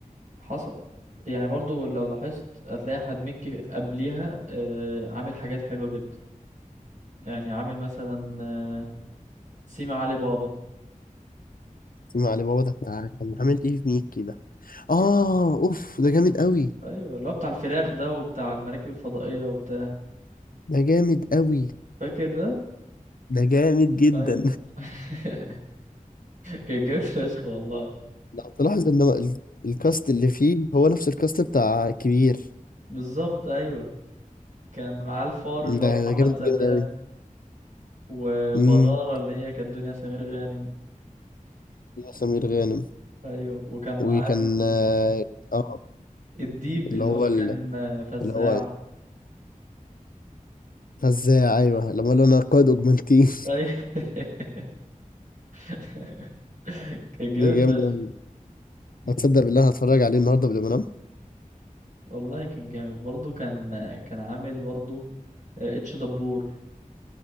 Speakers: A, on the right; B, on the left.
A: حصل يعني برضو لو لاحظت هتلاقي احمد مكي قبليها آه، عامل حاجات حلوة جدا يعني عامل مثلا آه، سيما علي بابا
B: علي بابا ده كان عامل ايه في ميك كده اه
A: ك-
B: اوف ده جامد قوي
A: ايوه اللي هو بتاع الفراخ ده وبتاع المراكب الفضائية وبتاع
B: ده جامد قوي
A: فاكر ده
B: ده جامد جدا
A: ايوه <laughs> كان جامد فشخ والله
B: <laughs> لو تلاحظ ان هو ال- الكاست اللي فيه هو نفس الكاست بتاع كبير
A: بالظبط ايوه كان معاه الفار اللي
B: ده
A: هو محمد
B: ده جامد
A: سلام
B: جامد قوي
A: وبدارة
B: امم
A: اللي هي كانت دنيا سمير غانم
B: سمير غانم
A: ايوه وكان معاه
B: وكان
A: ال-
B: اه آه،
A: الديب اللي
B: اللي هو
A: هو
B: ال-
A: كان آه، فزاع
B: اللي هو فزاع ايوه لما قال له انا قائد اوجمانتين
A: ايوه <laughs> <laughs> كان
B: <laughs>
A: جامد
B: دي جامده
A: بس
B: أوي. هتصدق بالله أنا هتفرج عليه النهارده قبل ما انام
A: والله كان جامد برضه كان كان عامل برضه آه، اتش دبور